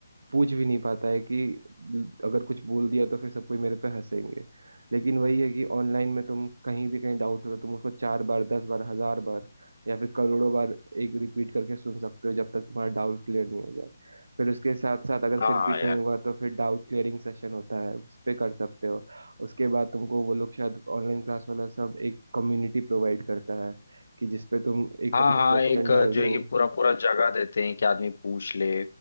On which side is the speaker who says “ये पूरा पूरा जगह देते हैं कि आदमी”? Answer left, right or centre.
Left